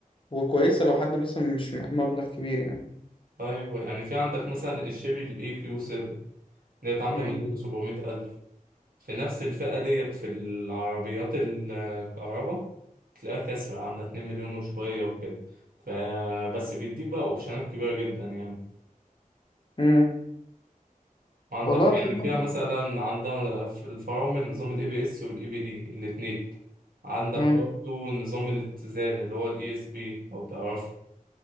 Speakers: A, on the left; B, on the right.
A: وكويسة لو حد مثلا مش معاه مبلغ كبير يعني
B: ايوه يعني في عندك مثلا الشيري الاي كيو 7 ديت عاملة
A: مم.
B: مليون وسبعمية الف في نفس الفئة ديت في العربيات الكهرباء تلاقيها كسرة عاملة اتنين مليون وشوية وكده فبس بيديك بقى اوبشنات كبيرة جدا يعني
A: مم.
B: عندك
A: والله تمام
B: يعني فيها مثلا عندها في الفرامل نظام الاي بي اس والاي بي دي الاثنين عندك
A: مم.
B: برضو نظام الاتزان اللي هو الاي اس بي لو تعرفه